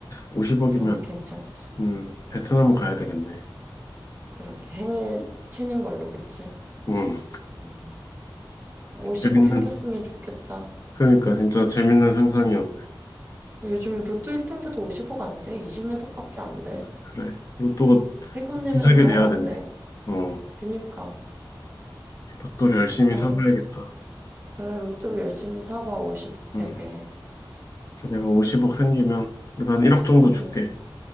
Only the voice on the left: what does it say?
50억이면,
음, 베트남을 가야 되겠네.
음,
재밌는,
그러니까 진짜 재밌는 상상이었네.
그래. 로또가
두세 개
돼야
되네.
어,
로또를 열심히
사봐야겠다.
음, 그래, 내가 50억 생기면, 그래도 한 1억 정도 줄게.